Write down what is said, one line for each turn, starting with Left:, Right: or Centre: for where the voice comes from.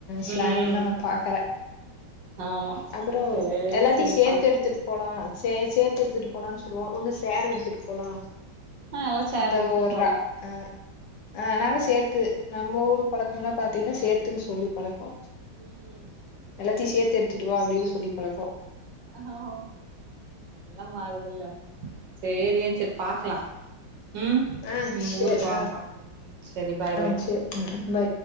Left: ஸ்லாங்கலா
Right: ம்
Left: நா பாக்கல
Right: ஆமா
Left: அப்புறொ
Right: சேரி
Left: எல்லாத்தையு
Right: சேரி
Left: சேத்து
Right: பாக்கலா
Left: எடுத்துட்டு போலா சே சேத்து எடுத்துட்டு போலானு சொல்லுவா ஒன்னு சேர எடுத்துட்டு போலா
Right: ஆ எல்லா சேர்
Left: அந்த
Right: எடுத்துட்டு
Left: ஒரு
Right: போலா
Left: அ ஆ நாங்க சேத்து நம்ம ஊர் பழக்கம்லா பாத்தீங்கன்னா சேத்துன்னு சொல்லி பழக் கொ
Right: ம்
Left: எல்லாத்தியு சேத் த்துட்டுவா அப்படின் சொல்லி பழக்கொ
Right: ஆ ஒ எல்லாம் மாறுதுல்ல சரி அ சரி பாக்லா உம்
Left: ஆ
Right: ம்
Left: சேர்
Right: ஊருக்கு வாங்க
Left: ஆ
Right: பாக்கலா சரி பாய்
Left: ஆ
Right: பாய்
Left: சேர் ம் பாய்